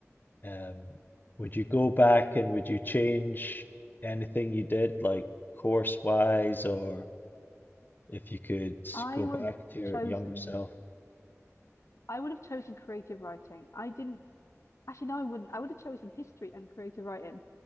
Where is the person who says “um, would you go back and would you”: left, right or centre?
Left